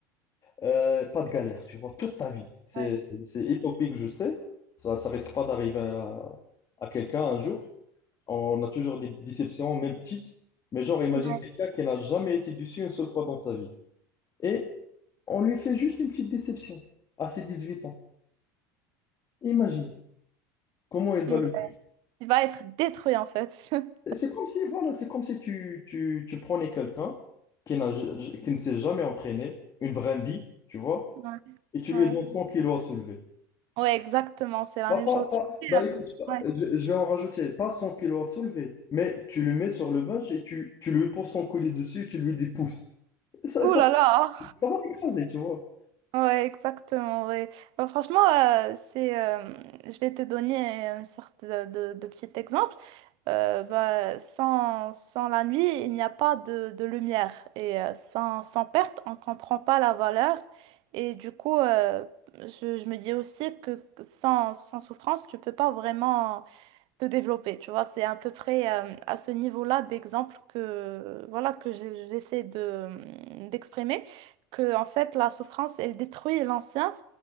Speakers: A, on the left (about 35°); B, on the right (about 55°).
A: Euh, pas de galère, tu vois, toute ta vie. C'est,
B: Ouais.
A: c'est utopique, je sais. Ça, ça risque pas d'arriver à, à quelqu'un un jour. On a toujours des déceptions, même petites. Mais genre, imagine
B: Ouais.
A: quelqu'un qui n'a jamais été déçu une seule fois dans sa vie. Et on lui fait juste une petite déception à ses 18 ans. Imagine comment il va
B: Ouais.
A: le vivre.
B: Tu vas être détruit en fait. <laughs>
A: Et C'est comme si, voilà, c'est comme si tu, tu, tu prenais quelqu'un qui n'a, qui ne s'est jamais entraîné, une brindille, tu vois,
B: Ouais.
A: et tu
B: Ouais.
A: lui donnes 100 kilos à soulever.
B: Ouais, exactement, c'est la
A: Bah,
B: même
A: pas-
B: chose.
A: pas-
B: Tu
A: bah,
B: sais, euh,
A: écoute, pas-
B: ouais.
A: je, je vais en rajouter, pas 100 kilos à soulever, mais tu le mets sur le bench et tu, tu lui poses son collier dessus et tu lui dis pousse. Ça,
B: Ouh
A: ça,
B: là là!
A: ça va l'écraser, tu vois.
B: Ouais, exactement, ouais. Bah, franchement, euh, c'est, euh, je vais te donner une sorte de, de- de petit exemple. Euh, bah, sans, sans la nuit, il n'y a pas de, de lumière. Et euh, sans, sans perte, on ne comprend pas la valeur. Et du coup, euh, je, je me dis aussi que sans, sans souffrance, tu peux pas vraiment... de développer, tu vois. C'est à peu près euh, à ce niveau-là d'exemple que, voilà, que j'ai- j'essaie de, euh, d'exprimer, que en fait la souffrance, elle détruit l'ancien